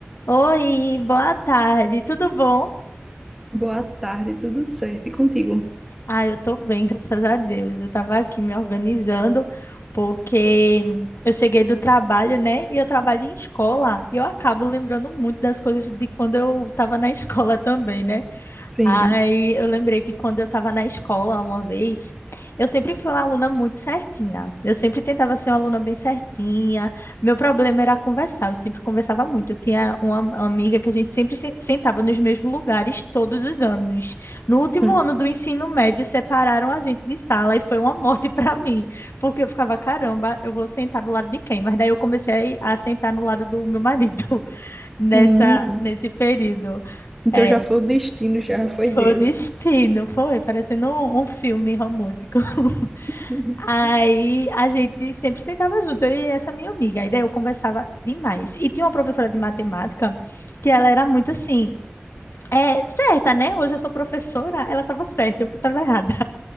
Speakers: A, on the left; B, in the centre.
A: Oi, boa tarde, tudo bom?
B: Boa tarde, tudo certo? E contigo?
A: Ah, eu tô bem, <laughs> graças a Deus. Eu tava aqui me organizando porque eu cheguei do trabalho, né? E eu trabalho em escola e eu acabo lembrando muito das coisas de quando eu tava na <laughs> escola também, né?
B: Sim.
A: Aí eu lembrei que quando eu estava na escola uma vez, eu sempre fui uma aluna muito certinha. Eu sempre tentava ser uma aluna bem certinha. Meu problema era conversar, eu sempre conversava muito. Eu tinha uma, uma amiga que a gente sempre se- sentava nos mesmos lugares todos os anos. No último
B: Hum.
A: ano do ensino médio, separaram a gente de sala e foi uma morte <laughs> para mim, porque eu ficava, caramba, eu vou sentar do lado de quem? Mas daí eu comecei a a sentar no lado do meu marido <laughs> nessa,
B: Hum.
A: nesse período.
B: Então
A: É,
B: já foi o destino, já foi Deus.
A: foi o destino, foi, parecendo um, um filme romântico. <laughs>
B: <laughs>
A: Aí a gente sempre sentava junto, eu e essa minha amiga. Aí daí eu conversava demais. E tinha uma professora de matemática que ela era muito assim, é certa, né? Hoje eu sou professora, ela estava certa, eu que estava errada.